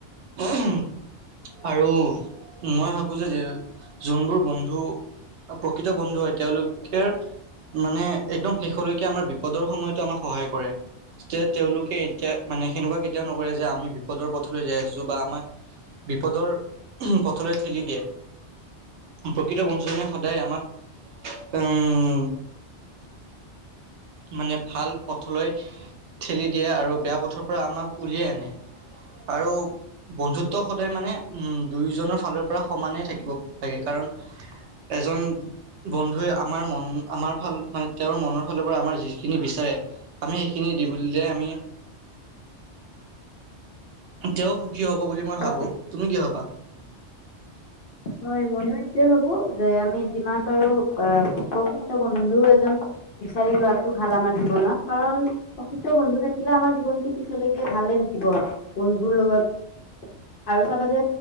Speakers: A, on the right; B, on the left.
A: <unintelligible> আৰু মই ভাবো যে য- যোনবোৰ বন্ধু প্ৰকৃত বন্ধু হয়, তেওঁলোকেৰ মানে একদম শেষলৈকে আমাৰ বিপদৰ সময়তো আমাক সহায় কৰে। যে তেওঁলোকে এতিয়া- মানে সেনেকুৱা কেতিয়াও নকয় যে আমি বিপদৰ পথলৈ যাই আছোঁ বা আমাক বিপদৰ পথলৈ ঠেলি দিয়ে। প্ৰকৃত বন্ধুজনে সদায় আমাক উম মানে ভাল পথলৈ ঠেলি দিয়ে আৰু বেয়া পথৰ পৰা আমাক উলিয়াই আনে। আৰু বন্ধুত্ব সদায় মানে উম দুয়োজনৰ ফালৰ পৰা সমানেই থাকিব লাগে, কাৰণ এজন বন্ধুৱে আমাৰ মন আমাৰ হল মানে তেওঁৰ মনৰ ফালৰ পৰা আমাৰ যিখিনি বিচাৰে আমি সেইখিনি দ বুলিলে আমি। তেওঁ সুখী হব বুলি মই
B: হয়
A: ভাবো তুমি কি হবা
B: হয় ময়ো এইয়ে ভাবো যে আমি যিমান পাৰো আহ প্ৰসিদ্ধ বন্ধু এজন। বিচাৰি লোৱাতটো ভাল আমাৰ জীৱনত কাৰণ প্ৰসিদ্ধ বন্ধু থাকিলে আমাৰ জীৱনতটো পিছলৈকে ভালে থাক থ বন্ধুৰ লগত আৰু চাবা যে